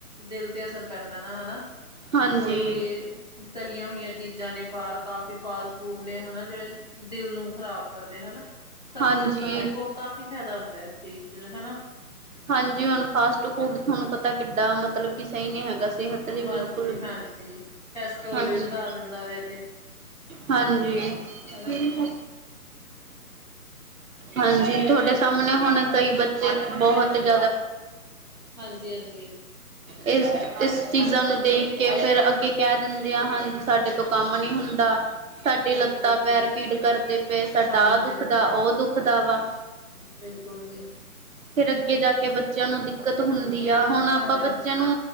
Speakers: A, on the left (about 30°); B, on the right (about 60°).
A: ਦਿਲ ਤੇ ਅਸਰ ਪੈਂਦਾ ਨਾ ਹੈਣਾ।
B: ਹਾਂਜੀ
A: ਕੋਈ ਵੀ ਤਲੀਆਂ ਹੋਈਆਂ ਚੀਜ਼ਾਂ ਨੇ ਬਾਹਰ ਕਾਫੀ ਫਾਸਟ ਫੂਡ ਨੇ ਹੈਣਾ। ਜਿਹੜੇ ਦਿਲ ਨੂੰ ਖ਼ਰਾਬ ਕਰਦੇ ਹੈਨਾ ਕਸਰਤ
B: ਹਾਂਜੀ
A: ਨਾਲ ਦੇਖੋ। ਕਾਫ਼ੀ ਫਾਇਦਾ ਹੁੰਦਾ ਇਸ ਚੀਜ਼ ਦਾ ਹੈਨਾ।
B: ਹਾਂਜੀ ਹੁਣ ਫਾਸਟ ਫੂਡ ਤੁਹਾਨੂੰ ਪਤਾ ਕਿੱਡਾ ਮਤਲਬ ਕਿ ਸਹੀ ਨਹੀਂ ਹੈਗਾ ਸਿਹਤ ਲਈ ਬਿਲਕੁਲ
A: ਬਸ ਜੀ
B: ਵੀ
A: ਹਾਂਜੀ ਕੈਸਟਰੋਲ
B: ਹਾਂਜੀ
A: ਵੀ ਵਧਾ ਦਿੰਦਾ ਵੇ ਐ ਤੇ।
B: ਹਾਂਜੀ
A: ਹਨਾ
B: <unintelligible> ਹਾਂਜੀ ਤੁਹਾਡੇ ਸਾਹਮਣੇ ਹੁਣ ਕਈ ਬੱਚੇ ਬਹੁਤ <unintelligible>
A: ਹਾਂਜੀ ਹਾਂਜੀ
B: ਇਸ ਇਸ ਚੀਜ਼ਾਂ ਨੂੰ ਦੇਖ ਕੇ ਫੇਰ ਅੱਗੇ ਕਹਿ ਦਿੰਦੇ ਆ ਹਾਂਜੀ ਸਾਡੇ ਤੋਂ ਕੰਮ ਨੀ ਹੁੰਦਾ ਸਾਡੀ
A: ਬਿਲਕੁਲ
B: ਲੱਤਾਂ
A: ਜੀ
B: ਪੈਰ ਪੀੜ ਕਰਦੇ ਪਏ ਸਾਡਾ
A: ਹਾਂਜੀ
B: ਆਹ ਦੁਖਦਾ
A: ਹਾਂਜੀ
B: ਉਹ ਦੁਖਦਾ ਵਾ
A: ਬਿਲਕੁਲ ਜੀ
B: ਫਿਰ ਅੱਗੇ ਜਾ ਕੇ ਬੱਚਿਆਂ ਨੂੰ ਦਿੱਕਤ ਹੁੰਦੀ ਆ ਹੁਣ ਆਪਾਂ
A: ਹਾਂ ਹਾਂ
B: ਬੱਚਿਆਂ ਨੂੰ